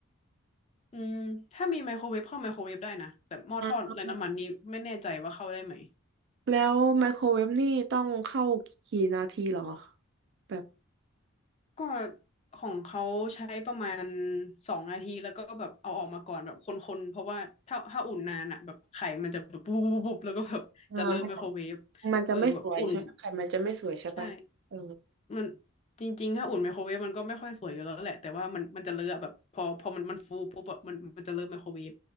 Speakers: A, on the left; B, on the right.
A: อืมถ้ามีไมโครเวฟเข้าไมโครเวฟได้นะแต่หม้อทอดไร้น้ำมันนี้ไม่แน่ใจว่าเข้าได้ไหม
B: อ่า แล้วไมโครเวฟนี่ต้องเข้ากี่นาทีเหรอแบบ
A: ก็ของเขาใช้ประมาณสองนาทีแล้วก็แบบเอาออกมาก่อนแบบคนๆเพราะว่าถ้าถ้าอุ่นนานอ่ะแบบไข่มันจะแบบปุ๊บปุ๊บปุ๊บแล้วก็แบบจะเริ่มไมโครเวฟ
B: อ่ามันจะมันจะไม่สวยใช่ไหมไข่มันจะไม่สวยใช่ปะเออ
A: เออแบบอุ่นใช่มันจริงๆถ้าอุ่นไมโครเวฟมันก็ไม่ค่อยสวยอยู่แล้วแหละแต่ว่ามันมันจะเลอะแบบพอพอมันมันฟูปุ๊บแบบมันมันจะเริ่มไมโครเวฟ